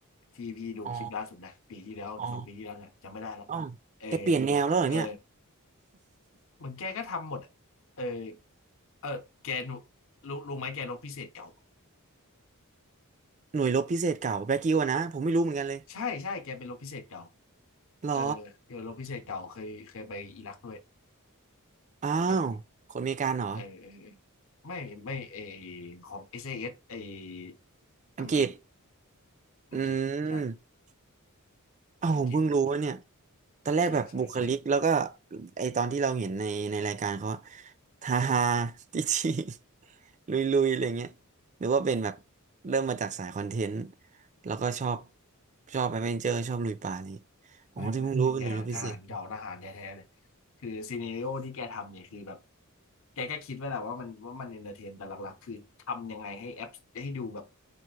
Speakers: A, on the left; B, on the right.
A: ที่พี่ดูคลิปล่าสุดนะปีที่แล้วหรือสองปีที่แล้วเนี่ยจำไม่ได้แล้ว
B: อ๋ออ๋ออ๋อ
A: เออ
B: แกเปลี่ยนแนวแล้วเหรอเนี่ย
A: เออเหมือนแกก็ทำหมดอะเออเออแกหนูรู้รู้ไหมแกรบพิเศษเก่า
B: หน่วยรบพิเศษเก่าแบล็กกิวอะนะผมไม่รู้เหมือนกันเลย
A: ใช่ใช่แกเป็นรบพิเศษเก่า
B: หรอ
A: เออเดี๋ยวรบพิเศษเก่าเคยเคยไปอิรักด้วย
B: อ้าวคนอเมริกันเหรอ
A: เออเออเออเออไม่ไม่เออของ SAS เอเอสไอ
B: อังกฤษ
A: อังกฤษ
B: อืม
A: อังกฤษใช่
B: อ้าวผมเพิ่งรู้ว่าเนี่ย
A: อังกฤษอังกฤษ
B: ตอนแรกแบบบุคลิกแล้วก็
A: ใช่ใช่ใช่
B: ไอตอนที่เราเห็นในในรายการเขาอะฮาฮา <laughs> จีจีลุยลุยๆอะไรเงี้ยหรือว่าเป็นแบบเริ่มมาจากสายคอนเทนต์แล้วก็ชอบชอบแอดเวนเจอร์ชอบลุยป่านี่อ๋อที่เพิ่งรู้เป็นหน่วยรบพิเศษ
A: ไม่ไม่ไม่แกทหารเก่าทหารแท้ๆเลยคือซีเนริโอที่แกทำเนี่ยคือแบบแกก็คิดไว้แหละว่ามันว่ามันเอนเตอร์เทนแต่หลักๆคือทำยังไงให้แอปให้ดูแบบ